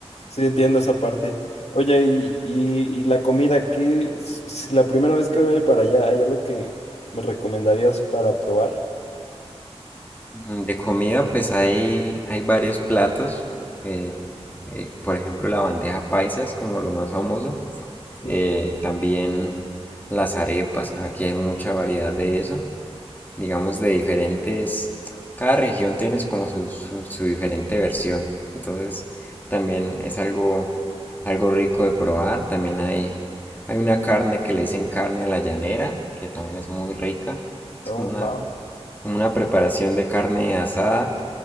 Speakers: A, on the left; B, on the left.
A: Sí, entiendo esa parte. Oye, y, y, y la comida, ¿qué? s- Si la primera vez que voy para allá, ¿hay algo que me recomendarías para probar?
B: Mm, De comida pues hay, hay varios platos, eh, eh, por ejemplo la bandeja paisa es como lo más famoso,
A: Sí.
B: eh, también las arepas, aquí hay mucha variedad de eso. digamos, de diferentes, cada región tiene como su, su, su diferente versión. Entonces, también es algo, algo rico de probar. También hay, hay una carne que le dicen carne a la llanera, que también es muy rica. Es
A: Oh,
B: como una,
A: wow.
B: como una preparación de carne asada